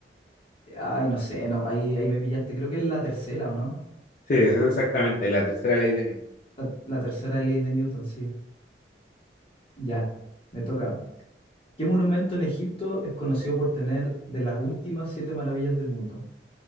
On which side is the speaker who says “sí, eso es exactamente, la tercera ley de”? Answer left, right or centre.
Left